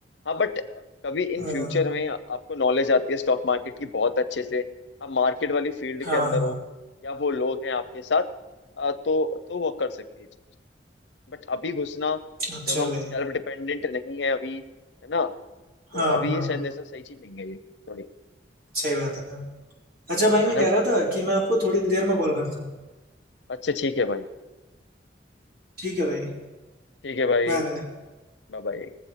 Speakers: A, on the left; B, on the right.
A: हाँ बट कभी इन
B: हाँ
A: फ्यूचर में आपको नॉलेज आती है स्टॉक मार्केट की बहुत अच्छे से आप मार्केट वाली फील्ड
B: हाँ
A: के अंदर
B: हाँ,
A: हो या वो लोग हैं आपके साथ अ, तो तो वो कर सकती है चीज बट अभी घुसना
B: अच्छा
A: जब हम
B: भाई
A: सेल्फ डिपेंडेंट नहीं है अभी है ना तो
B: हाँ
A: अभी
B: हाँ
A: ये शायद ऐसा सही चीज नहीं है ये थोड़ी
B: सही बात है अच्छा भाई
A: है
B: मैं
A: ना
B: कह रहा था कि मैं आपको थोड़ी देर में कॉल करता हूँ
A: अच्छा ठीक है भाई
B: ठीक है भाई
A: ठीक है भाई
B: Bye bye
A: Bye bye